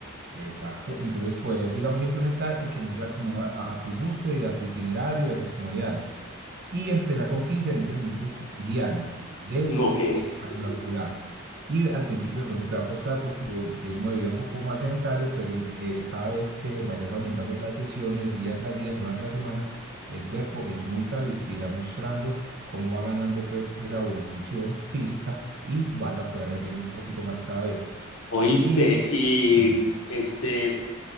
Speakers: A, on the right; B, on the left.
A: Exacto. Entonces puedes, digamos, implementar el que más se acomoda a, a tu gusto y a tu itinerario y a tus comodidades. y empezar con 15, 20 minutos diarios de
B: Mm, Ok,
A: eh, cardiovascular. Y al principio de pronto te va a costar por tu ritmo de vida un poco más sedentario, pero eh, cada vez que vayas aumentando las sesiones día tras día, semana tras semana, el cuerpo es muy sabio y te irá mostrando cómo va ganando pues esa evolución física y vas a poder rendir un poquito más cada vez.
B: oíste.
A: Y eso,
B: Y
A: sí,
B: este,